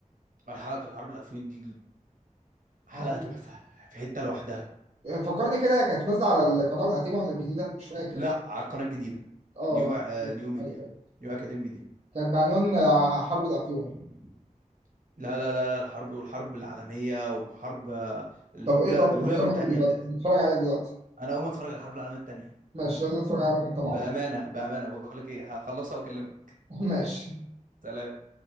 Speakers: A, on the right (about 80°); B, on the right (about 50°).
A: الحلقه بتاعت حرب الافيون دي حلقه
B: عظيم
A: تحفه في حته لوحدها
B: فكرني كده كانت نازله على القناه القديمه ولا الجديده مش فاكر
A: لا على القناه الجديده
B: اه
A: نيو آه،
B: ايوه
A: نيو ميديا
B: أيوة.
A: نيو اكاديمي
B: كانت بعنوان آه، حرب الافيون
A: ميديا لا لا لا لا الحرب والحرب العالمية وحرب آه، الأولى
B: طب ايه طب
A: الأولى
B: نتفرج
A: والتانية
B: عليه دلوقتي
A: بتاعتي
B: نتفرج عليه دلوقتي
A: أنا أقوم أتفرج على الحرب العالمية التانية
B: ماشي يلا نتفرج عليه انت مع
A: بأمانة
B: بعض
A: بأمانة بقول لك إيه هخلصها وأكلمك
B: <laughs> ماشي
A: سلام